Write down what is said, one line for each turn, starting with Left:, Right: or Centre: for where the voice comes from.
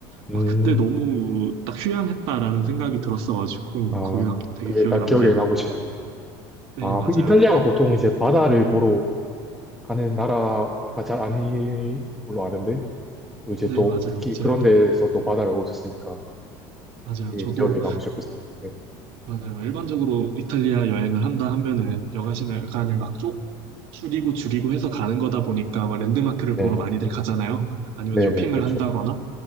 Centre: 음,
Right: 아, 그때 너무 딱 휴양했다라는 생각이 들었어가지고,
Centre: 아,
Right: 거기가 되게
Centre: 그게
Right: 기억이
Centre: 딱
Right: 남네요.
Centre: 기억에 남으시나 보네.
Right: 네,
Centre: 아,
Right: 맞아요.
Centre: 그 이탈리아가 보통 이제 바다를 보러 가는 나라가 잘 아닌 걸로 아는데, 또 이제
Right: 네,
Centre: 또
Right: 맞아요.
Centre: 특히
Right: 맞아요.
Centre: 그런 데에서 또 바다를 보셨으니까
Right: 맞아요.
Centre: 되게
Right: 저도,
Centre: 기억에 남으셨겠어요. 네,
Right: 맞아요. 일반적으로 이탈리아 여행을 한다 하면은, 여가시간을 막쪽 줄이고 줄이고 해서 가는 거다 보니까, 막 랜드마크를
Centre: 네네.
Right: 보러 많이들 가잖아요. 아니면
Centre: 네네,
Right: 쇼핑을
Centre: 그쵸.
Right: 한다거나,